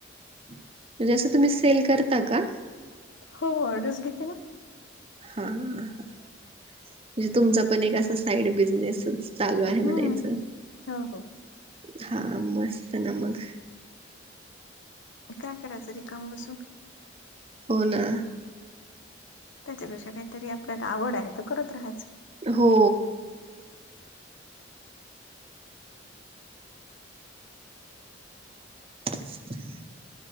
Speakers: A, on the right; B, on the left.
A: म्हणजे असं तुम्ही सेल करता का?
B: हो ऑर्डर्स घेते ना?
A: हा म्हणजे, तुमचा पण एक असा साइड बिझनेसच चालू आहे,
B: हम्म
A: म्हणायच
B: हो हो
A: हा मस्त ना मग
B: काय करायचं रिकामं बसून.
A: हो ना.
B: त्याच्यापेक्षा काहीतरी, आपल्याला आवड आहे तर करत राहायचं.
A: हो. <inaudible>